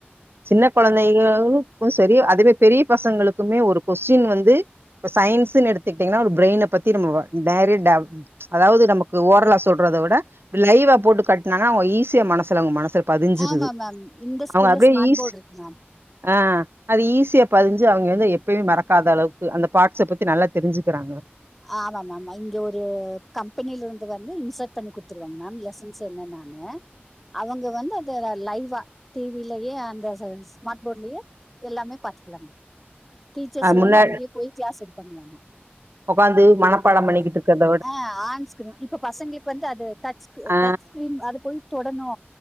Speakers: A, on the right (about 70°); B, in the centre.
A: சின்ன குழந்தைகளுக்கு சரி அதுவே பெரிய பசங்களுக்குமே ஒரு கொஸ்டின் வந்து இப்ப சயின்ஸ்ன் எடுத்துக்கிட்டீங்னா ஒரு பிரெயின பத்தி நம்ம டரி ட அதாவது நமக்கு ஓரலா சொல்றத விட லைவா போட்டு காட்னனா அவங்க ஈஸியா மனசுல அவங்க மனசு பதிஞ்சிருது
B: ஆமா மேம் இந்த ஸ்கூல்ல
A: அவங்க அப்டியே
B: ஸ்மார்ட்
A: ஈஸ்
B: போர்டு இருக்கு மேம்
A: ஆ அது ஈஸியா பதிஞ்சு அவங்க வந்து எப்பயுமே மறக்காத அளவுக்கு அந்த பாட்ஸ பத்தி நல்லா தெரிஞ்சுக்கிறாங்க
B: ஆமா மேம் இங்க ஒரு கம்பெனிலருந்து வந்து இன்சர்ட் பண்ணி குடுத்துருவாங்க மேம் லெசன்ஸ் என்னனனு
A: <unintelligible>
B: அவங்க வந்து அத லைவா டிவிலயே அந்த ஸ்மார்ட் போர்ட்லயே எல்லாமே பாத்துக்கலா மேம் டீச்சர்ஸ்
A: அ முன்னா
B: வந்து அங்கயே போய் கிளாஸ் எடுக்கணுமாமா
A: ஓக்காந்து மனப்பாட பண்ணிக்கிட்ருக்கனு
B: ஆ ஆன் ஸ்கிரீன் இப்ப பசங்களுக்கு வந்து அது டச்
A: ஆ
B: டச் ஸ்கிரீன் அது போய் தொடணு